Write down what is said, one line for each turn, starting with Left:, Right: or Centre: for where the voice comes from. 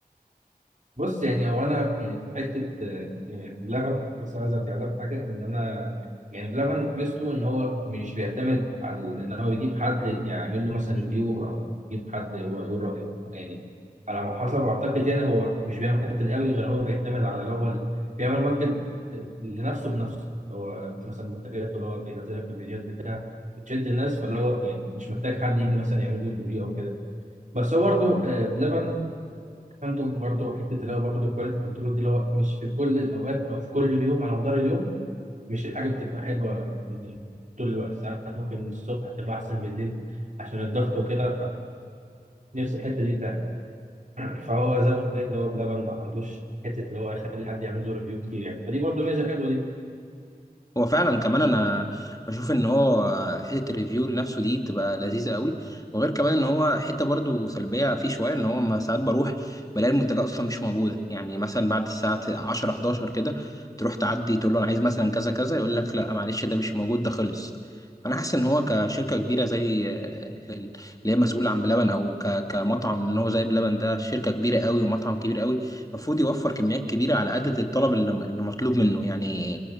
Right: بص يعني هو انا يعني في حته آه، يعني بلبن بس عايز ارجع لك حاجه ان انا يعني بلبن ميزته ان هو مش بيعتمد على ان هو يجيب حد يعمل له مثلا ريفيو او يجيب حد هو يقول رايه يعني على ما حسب اعتقد يعني هو مش بيعمل الحته دي قوي غير هو بيعتمد على الاول بيعمل ماركت لنفسه بنفسه هو مثلا منتجاته اللي هو بينزلها في الفيديوهات بتشد الناس فاللي هو يعني مش محتاج حد يجي مثلا يعمل له ريفيو او كده بس هو برضه آه، بلبن عنده برضه حته اللي هو برضه الكواليتي كنترول دي اللي هو مش في كل الاوقات او في كل اليوم على مدار اليوم مش الحاجه بتبقى حلوه يعني طول الوقت ساعات ممكن الصبح تبقى احسن بالليل عشان الضغط وكده فنفس الحته دي تعمل فهو زي ما قلت لك اللي هو بلبن ما عندوش حته اللي هو يخلي حد يعمل له ريفيو كتير يعني فدي برضه ميزه حلوه دي
Left: هو فعلا كمان انا بشوف ان هو حته الريفيو لنفسه دي بتبقى لذيذه قوي وغير كمان ان هو حته برضو سلبيه فيه شويه ان هو ما ساعات بروح بلاقي المنتجات اصلا مش موجوده يعني مثلا بعد الساعه 10 11 كده تروح تعدي تقول له انا عايز مثلا كذا كذا يقول لك لا معلش ده مش موجود ده خلص انا حاسس ان هو كشركه كبيره زي آه، اللي هي مسؤوله عن بلبن او ك- كمطعم ان هو زي بلبن ده شركه كبيره قوي ومطعم كبير قوي المفروض يوفر كميات كبيره على عدد الطلب اللي اللي مطلوب منه يعني